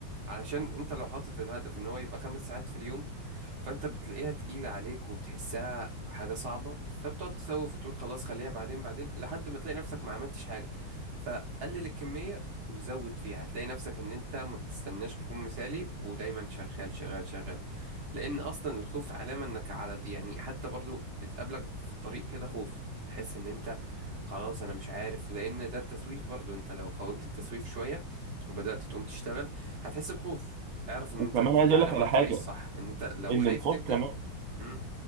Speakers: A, on the right; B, on the right.
A: علشان انت لو حاطط الهدف ان هو يبقى خمس ساعات في اليوم فانت بتلاقيها تقيلة عليك وبتحسها حاجة صعبة فبتقعد تسوف وتقول خلاص خليها بعدين بعدين لحد ما تلاقي نفسك ما عملتش حاجة فقلل الكمية وزود فيها هتلاقي نفسك ان انت ما بتستناش تكون مثالي ودايما شغال شغال شغال لان اصلا الخوف علامه انك على يعني حتى برضو بتقابلك في الطريق كده خوف تحس ان انت خلاص انا مش عارف لان ده التسويف برضو انت لو قاومت التسويف شويه وبدات تقوم تشتغل هتحس بخوف اعرف ان
B: وكمان
A: انت دي,
B: عايز
A: دي
B: اقول
A: علامه
B: لك على
A: على الطريق
B: حاجه
A: الصح ان انت لو
B: ان
A: خايف
B: الخوف
A: تبدا
B: كمان
A: مم.